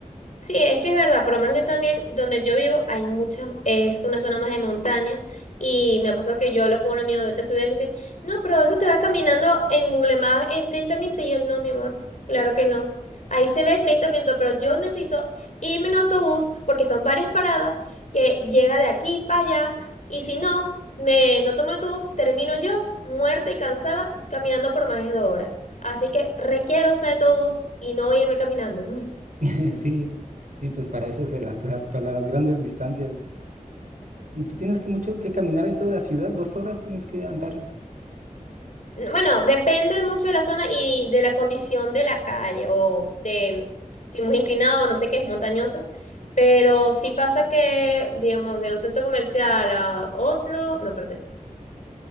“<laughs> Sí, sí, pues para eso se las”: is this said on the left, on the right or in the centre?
Right